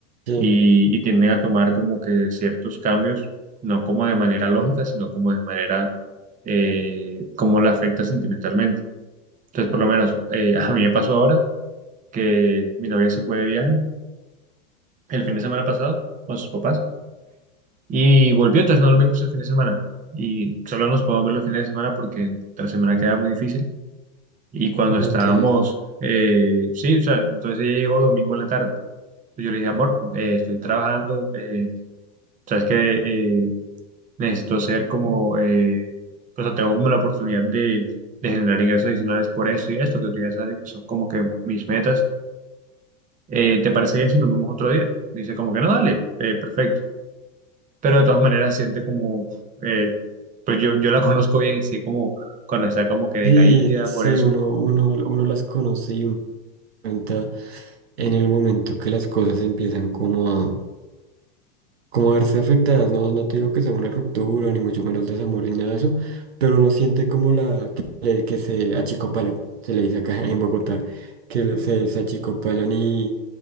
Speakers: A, on the right; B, on the right.
A: Yo,
B: y, y tienden a tomar como que ciertos cambios, no como de manera lógica, sino como de manera, eh, como la afecta sentimentalmente. Entonces, por lo menos eh, a mí me pasó ahora que mi novia se fue de viaje el fin de semana pasado con sus papás y volvió, entonces no lo vimos el fin de semana. Y solo nos podemos ver los fines de semana porque la semana queda muy difícil. Y cuando
A: no
B: estábamos,
A: te...
B: eh, sí, o sea, entonces ella llegó domingo en la tarde. Entonces yo le dije, amor, eh, estoy trabajando, eh, sabes que eh, necesito hacer como, eh, pues, o sea, tengo como la oportunidad de, de generar ingresos adicionales por esto y esto que tú ya sabes que son como que mis metas Eh, ¿te parece bien si nos vemos otro día? Dice como que no, dale, eh, perfecto. Pero de todas maneras siente como, eh, pues yo, yo la conozco bien y sé como cuando está como que decaída
A: Sí, sí,
B: por eso.
A: uno, uno, uno las conoce y uno cuenta en el momento que las cosas empiezan como a como verse afectadas, no, no te digo que sea una ruptura, ni mucho menos desamor, ni nada de eso, pero uno siente como la que, le- que se achicopalan, se le dice acá <laughs> en Bogotá, que lo- se, se achicopalan y,